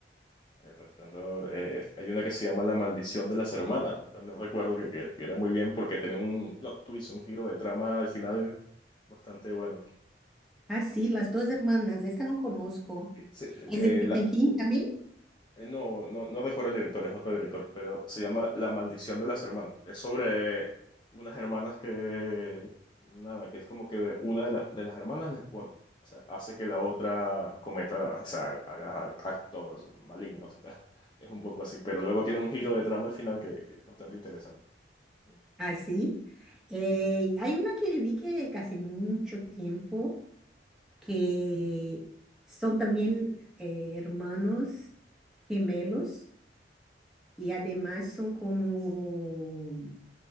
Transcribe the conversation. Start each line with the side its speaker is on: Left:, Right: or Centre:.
Left: El Resplandor. eh, hay una que se llama La Maldición de las Hermanas. También recuerdo que, que- que era muy bien porque tenía un plot twist, un giro de trama al final bastante bueno.
Centre: Ah, sí, las dos hermanas. Esta no conozco.
Left: Sí, sí,
Centre: ¿Es
Left: eh,
Centre: de Stephen King también?
Left: Eh, No, no, no recuerdo el director, es otro director, pero se llama La maldición de las hermanas. Es sobre unas hermanas que, nada, que es como que una de, la- de las hermanas les pone, o sea, hace que la otra cometa, o sea, haga, haga actos malignos y tal. <laughs> Es un poco así, pero luego tiene un giro de trama al final que, que es bastante interesante. Mm.
Centre: Así. Eh, hay una que vi que hace mucho tiempo que son también eh, hermanos gemelos y además son como,